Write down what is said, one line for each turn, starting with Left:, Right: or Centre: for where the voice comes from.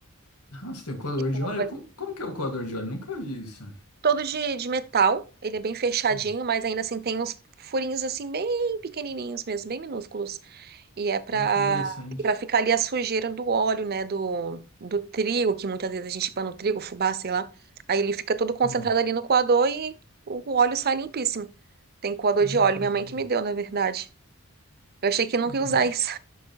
Left: Nossa, tem um coador de
Right: Olha.
Left: óleo? Como, como que é o coador de óleo? Nunca vi isso.
Right: Todo de, de metal. Ele é bem fechadinho,
Left: Hum,
Right: mas ainda assim tem uns furinhos, assim, bem pequenininhos mesmo, bem minúsculos. E é para
Left: hum, que interessante.
Right: para ficar ali a sujeira do óleo, né? Do, do trigo, que muitas vezes a gente põe no trigo, fubá, sei lá. Aí ele fica todo concentrado
Left: Hum,
Right: ali no coador e o óleo sai limpíssimo. Tem coador
Left: hum,
Right: de óleo,
Left: que
Right: minha
Left: le-
Right: mãe que me deu, na verdade. Eu achei que nunca
Left: bem-
Right: ia usar isso.